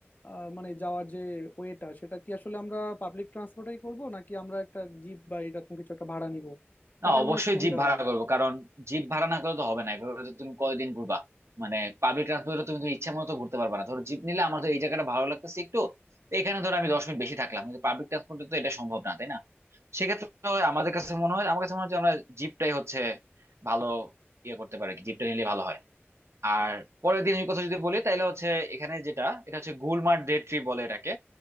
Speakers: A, on the left (about 40°); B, on the right (about 75°).
A: আহ, মানে যাওয়ার যে ওয়েটা সেটা কি আসলে আমরা পাবলিক ট্রান্সপোর্টেই করব নাকি আমরা একটা জিপ বা এরকম কিছু একটা ভাড়া নিব সেটাই
B: না অবশ্যই
A: মনে হয় সুবিধার
B: জিপ ভাড়া
A: হয়
B: করবো কারণ জিপ ভাড়া না করলে তো হবে না এভাবে তো তুমি কয়দিন ঘুরবা মানে পাবলিক ট্রান্সপোর্টে তুমি তুমি ইচ্ছা মতো তো ঘুরতে পারবা না ধরো জিপ নিলে আমার তো এই জায়গাটা ভালো লাগতেছে একটু তো এখানে ধরো আমি দশ মিনিট বেশি থাকলাম কিন্তু পাবলিক ট্রান্সপোর্টে তো এটা সম্ভব না তাই না সেক্ষেত্রে হয় আমাদের কাছে মনে হয় আমার কাছে মনে হয় যে আমরা জিপটাই হচ্ছে ভালো ইয়ে করতে পারি জিপটা নিলে ভালো হয় আর পরের দিনের কথা যদি বলি তাহলে হচ্ছে এখানে যেটা এটা হচ্ছে গুলমার্গ ডে ট্রি বলে এটাকে